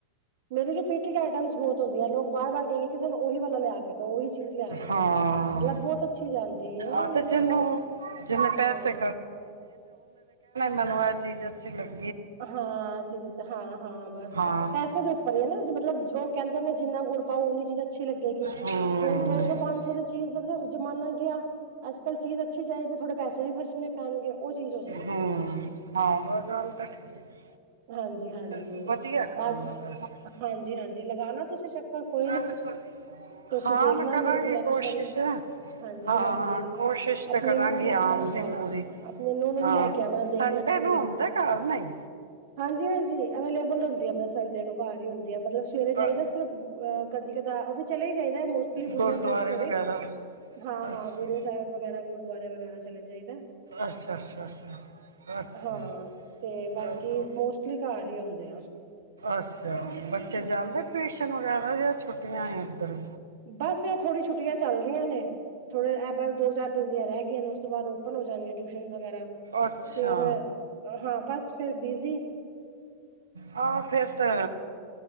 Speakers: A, on the right; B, on the right.
A: ਮੇਰੀ ਰਿਪੀਟਡ ਆਈਟਮਸ ਬਹੁਤ ਹੁੰਦੀਆਂ ਲੋਕ ਬਾਰ ਵਾਰ ਕਹਿੰਦੇ ਕਿ ਸਾਨੂੰ ਉਹੀ ਵਾਲਾ ਲਿਆ ਕੇ ਦੋ ਉਹੀ ਚੀਜ਼ ਲਿਆ ਕੇ ਦੋ
B: ਹਾਂ
A: ਮਤਲਬ ਬਹੁਤ ਅੱਛੀ ਜਾਂਦੀ ਹੈ ਨਾ
B: ਆ
A: ਇਹਨਾਂ
B: ਤੇ
A: ਨੂੰ
B: ਜਿਹਨੂੰ
A: ਅ ਹਮ
B: ਜਿਹਨੇ ਪੈਸੇ ਮਨੂੰ ਚੀਜ਼ ਅੱਛੀੱਗਦੀ
A: ਹਾਂ ਚੀਜ਼ ਹਾਂ ਹਾਂ ਬਸ।
B: ਹਾਂ
A: ਪੈਸੇ ਦੇ ਉੱਪਰ ਹੀ ਹੈ ਨਾ ਮਤਲਬ ਉਹ ਕ ਜਿੰਨਾ ਗੁੜ ਪਾਓ ਉਓਨੀ ਚੀਜ਼ ਅੱਛੀ ਲੱਗੇਗੀ
B: ਹੂੰ
A: ਹੁਣ ਦੋ ਸੌ ਪੰਜ ਸੌ ਦੀ ਚੀਜ਼। ਜ਼ਮਾਨਾ ਗਿਆ ਅੱਜ ਕੱਲ ਚੀਜ਼ ਅੱਛੀ ਚਾਹੀਦੀ ਹੈ ਥੋੜੇ ਪੈਸੇ ਵੀ ਖਰਚਣੇ ਪੈਣਗੇ। ਉਹ ਚੀਜ਼ ਹੋ ਜਾਂਦੀ
B: ਹੂ
A: ਹੈ
B: ਹਾਂ, ਗੱਲ ਤਾਂ ਠੀਕ।
A: ਹਾਂਜੀ ਹਾਂਜੀ
B: ਚਲੋ ਵਧੀਆ ਕੰਮ
A: ਬਸ
B: ਆ ਵੈਸੇ
A: ਹਾਂਜੀ ਹਾਂਜੀ ਲਗਾਣਾ ਤੁਸੀਂ ਚੱਕਰ ਕੋਈ
B: ਨਾ
A: ਨੀ,
B: ਕੁਛ ਹੋਵੇ
A: ਤੁਸੀਂ
B: ਹਾਂ
A: ਦੇਖਣਾ
B: ਮੈਂ ਕਰਾਂਗੀ
A: ਮੇਰੇ ਕਲੈਕਸ਼ਨ
B: ਕੋਸ਼ਿਸ਼ ਹਾਂ
A: ਹਾਂਜੀ
B: ਹਾਂ
A: ਹਾਂਜੀ
B: ਕੋਸ਼ਿਸ਼
A: ਆਪਣੇ
B: ਤਾਂ ਕਰਾਂਗੀ ਆਉਣ ਦੀ
A: ਹਾਂ
B: ਪੂਰੀ
A: ਆਪਣੇ ਨੂੰਹ ਨੂੰ
B: ਹਾਂ
A: ਵੀ ਲੈ ਕੇ ਆਉਣਾ ਦੇਖਣਾ
B: ਸੰਡੇ
A: ਮੇਰੀ
B: ਨੂੰ ਆਉਂਦੇ ਘਰ ਨਹੀਂ
A: ਹਾਂਜੀ ਹਾਂਜੀ। ਅਵੇਲੇਬਲ ਹੁੰਦੀ ਆ ਮੈਂ ਸੰਡੇ ਨੂੰ ਘਰ ਹੀ ਹੁੰਦੀ ਹਾਂ ਮਤਲਬ ਸਵੇਰੇ ਜਾਈਦਾ
B: ਅ,
A: ਸਿਰਫ ਅਹ ਕਦੀ ਕਦਾ ਉਹ ਵੀ ਚਲੇ ਚਾਹੀਦਾ ਮੋਸਟਲੀ ਬੁੜੀਆਂ
B: ਗੁਰਦੁਆਰੇ
A: ਸਾਹਿਬ ਸਵੇਰੇ
B: ਵਗੈਰਾ
A: ਹਾਂ
B: ਅੱਛਾ
A: ਹਾਂ ਬੁੜੀਆਂ ਸਾਹਿਬ ਵਗੈਰਾ ਗੁਰ ਦੁਆਰੇ ਵਗੈਰਾ ਚਲੇ ਜਾਈ
B: ਅੱਛਾ ਅੱਛਾ ਅੱਛਾ ਅੱਛਾ।
A: ਹਾਂ ਤੇ ਬਾਕੀ
B: ਚਲੋ
A: ਮੋਸਟਲੀ ਘਰ ਹੀ ਹੁੰਦੇ ਆ।
B: ਅੱਛਾ ਬੱਚੇ ਜਾਂਦੇ ਟਿਊਸ਼ਨ ਵਗੈਰਾ ਜਾਂ ਛੁੱਟੀਆਂ ਏ ਉੱਧਰ
A: ਬਸ ਇਹ ਥੋੜੀ ਛੁੱਟੀਆਂ ਚੱਲ ਰਹੀਆਂ ਨੇ, ਥੋੜੇ ਇਹ ਬਸ ਦੋ ਚਾਰ ਦਿਨ ਦੀਆਂ ਰਹਿ ਗਈਆਂ ਨੇ ਉਸ ਤੋਂ ਬਾਅਦ ਹੁਣ ਹੋ ਜਾਣਗਿਆਂ ਟਿਊਸ਼ਨ ਵਗੈਰਾ
B: ਅੱਛਾ
A: ਫਿਰ ਹਾਂ ਬਸ ਫਿਰ ਬਿਜੀ
B: ਹਹ ਫੇਰ ਤੇ